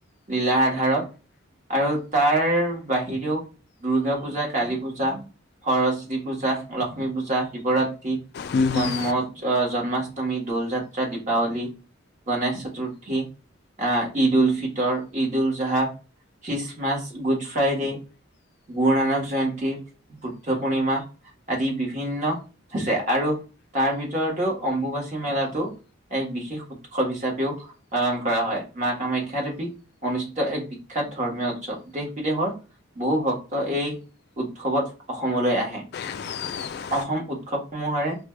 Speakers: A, on the right; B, on the left.
A: লীলাৰ আধাৰত আৰু তাৰ বাহিৰেও দুৰ্গা পূজা, কালী পূজা, সৰস্বতী পূজা, লক্ষ্মী পূজ- জা, শিৱৰাত্ৰি,
B: উম
A: জন্ম
B: হুম
A: অন্মাষ্টমী, দৌল যাত্ৰা, দীপাৱলী গণেশ চতুৰ্থী, আহ ঈদ উল ফিতৰ, ঈদ উল জাহ Christmas good Friday Guru Nanak Jayanti, Buddha Purnima আদি বিভিন্ন ভিন্ন আছে আৰু তাৰ ভিতৰতো অম্বুবাচী মেলাটো এক বিশেষ উৎসৱ হিচাপেও পালন কৰা হয় মা কামাখ্যা দেৱী অনুষ্ঠিত এক বিখ্যাত খ্যাত ধৰ্মীয় উৎসৱ দেশ বিদেশৰ বহু ভক্ত এই উৎসৱত অসমলৈ আহে।
B: <inaudible>
A: অসম উৎসৱসমূহৰে